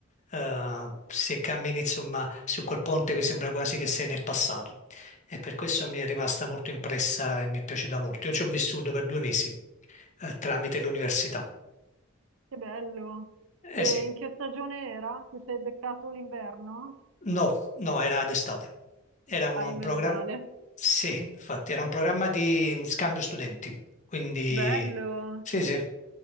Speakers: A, on the left; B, on the right.
A: Eh, se cammini insomma su quel ponte che sembra quasi che sei nel passato e per questo mi è rimasta molto impressa e mi è piaciuta molto. Io ci ho vissuto per due mesi eh, tramite l'università.
B: Che bello. E
A: Eh sì,
B: in che stagione era? Ti sei beccato l'inverno?
A: No, no, era d'estate. Era un,
B: Ai
A: un
B: meno
A: programma,
B: male.
A: sì, infatti, era un programma di scambio studenti. Quindi,
B: Bello.
A: sì, sì.